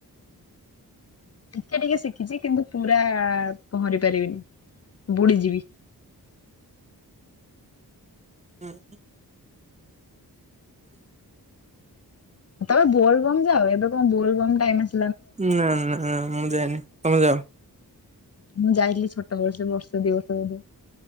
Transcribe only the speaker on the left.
ଟିକେ ଟିକେ ଶିଖିଛି କିନ୍ତୁ ପୁରା ପହଁରି ପାରିବିନି, ବୁଡିଯିବି।
ତମେ ବୋଲବମ ଯାଅ। ଏବେ କଣ ବୋଲବମ ଟାଇମ ଆ
ମୁଁ ଯାଇଥିଲି ଛୋଟ ବେଳେ ସେ ବର୍ଷେ ଦି ବର୍ଷ ବୋଧେ।